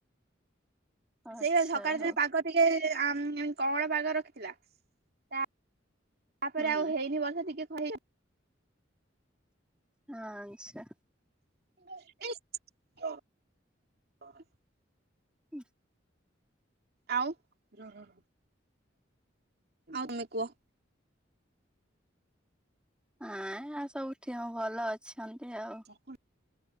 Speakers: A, in the centre; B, on the right.
A: ଆଚ୍ଛା
B: ସେଇଆ ସକାଳ
A: ହଉ
B: ଦିନ ପାଗ ଟିକେ ଆଃ କଅଣ ପାଗ ରଖିଥିଲା ତା ତାପରେ
A: ହୁଁ
B: ଆଉ ହେଇନି ବର୍ଷା ଟିକେ କହି
A: ହଁ ଆଚ୍ଛା।
B: <unintelligible>
A: <unintelligible>
B: ଆଉ ହଁ ହଁ ଆଉ ତମେ କୁହ।
A: ହଁ ଆ ସବୁଠି ଭଲ ଅଛନ୍ତି ଆଉ।
B: <inaudible>